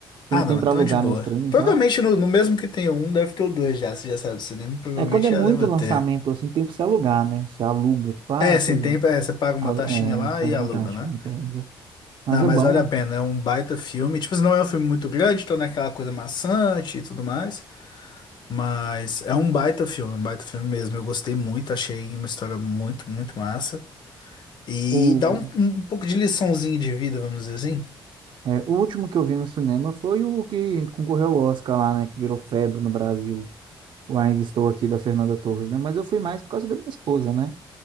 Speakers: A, on the right; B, on the left.
A: Tem,
B: Ah,
A: tem
B: não, então
A: para alugar
B: é de boa.
A: no streaming,
B: Provavelmente
A: sabe?
B: no, no mesmo que tem o um, deve ter o dois já. Se já sabe do cinema, provavelmente
A: É, quando é
B: já
A: muito
B: deve
A: lançamento,
B: ter.
A: assim, tem pra você alugar, né? Você aluga, tipo, ah,
B: É,
A: você
B: sem tempo, é, você paga uma
A: al-
B: taxinha
A: é,
B: lá
A: paga
B: e aluga,
A: uma taxa,
B: né?
A: me pega. Mas
B: Não,
A: é
B: mas
A: bom,
B: vale a
A: né?
B: pena, é um baita filme. Tipo, não é um filme muito grande, então não é aquela coisa maçante e tudo mais. Mas é um baita filme, um baita filme mesmo. Eu gostei muito, achei uma história muito, muito massa. E
A: O,
B: dá um, um um pouco de liçãozinha de vida, vamos dizer assim.
A: é, o último que eu vi no cinema foi o que concorreu ao Oscar lá, né? Que virou febre no Brasil. o Ainda Estou Aqui da Fernanda Torres, né? Mas eu fui mais por causa da minha esposa, né?